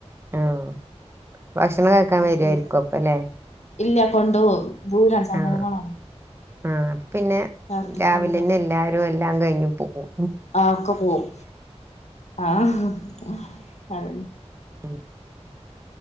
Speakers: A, on the right (about 20°); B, on the left (about 75°).
A: ആഹ് ഭക്ഷണം കയ്ക്കാൻ
B: അപ്പൊ
A: വരുവാരിക്കും
B: ഓര്
A: അപ്പല്ലെ
B: ഇല്ല കൊണ്ടോവും. ദൂരാണ് ചങ്ങരംകുളാണ്
A: ആഹ് ആഹ് അപ്പപിന്നെ
B: രാത്രി
A: രാവിലന്നെ
B: വരാ
A: എല്ലാരും എല്ലാം കഴിഞ്ഞ് പോവും
B: ആഹ് ഒക്കെ പോവും ആഹ് അതെ
A: ഉം